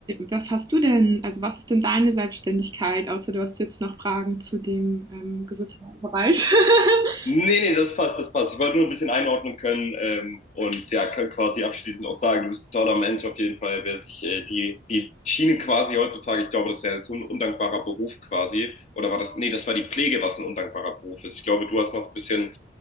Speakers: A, on the right; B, on the left.
A: was hast du denn, also was ist denn deine Selbstständigkeit, außer du hast jetzt noch Fragen zu dem ähm, Gesundheitsbereich? <laughs>
B: Nee, nee, das passt, das passt. Ich wollte nur ein bisschen einordnen können ähm, und ja, kann quasi abschließend auch sagen, du bist ein toller Mensch auf jeden Fall, wer sich äh, die, die Schiene quasi heutzutage, ich glaube, das ist ja jetzt so ein undankbarer Beruf quasi, oder war das, nee, das war die Pflege, was ein undankbarer Beruf ist. Ich glaube, du hast noch ein bisschen